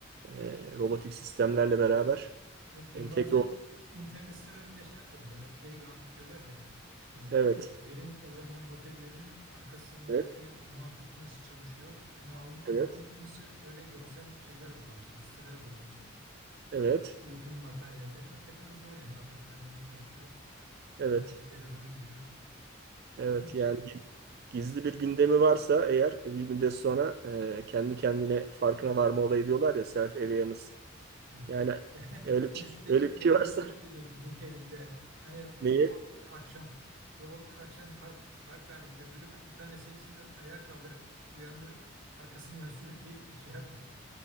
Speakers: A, on the right; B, on the right.
A: e, robotik sistemlerle beraber
B: Evet ben
A: entegre
B: bazen
A: ol.
B: internet sitelerinde şey yapıyorum böyle playground diyorlar ya e,
A: Evet,
B: derin öğrenme modellerinin arkasındaki
A: evet,
B: mantık nasıl çalışıyor onu al-
A: evet,
B: anlatmak için sırf böyle görsel şeyler hazırlamışlar siteler hazırlamışlar.
A: evet,
B: E- Eğitim materyalleri hakikaten zor yani arka planda ne çalışıyor
A: evet,
B: nasıl bir yere doğru gidiyor
A: evet.
B: ilginç.
A: Yani gi- gizli bir gündemi varsa eğer bir müddet sonra e, kendi kendine farkına varma olayı diyorlar ya self awareness.
B: Evet.
A: Yani
B: <laughs>
A: öyle bir
B: Ne
A: şey,
B: şeyi
A: öyle
B: gö-
A: bir şey varsa
B: görmüş
A: <laughs>
B: müydün LinkedIn'de? Hani robotlar
A: neyi?
B: akşam <laughs> robotlar akşam park park halinde duruyorlar. Bir tanesi hepsini ayağa kaldırıp uyandırıp arkasından sürükleyip <laughs> şey yapıyor.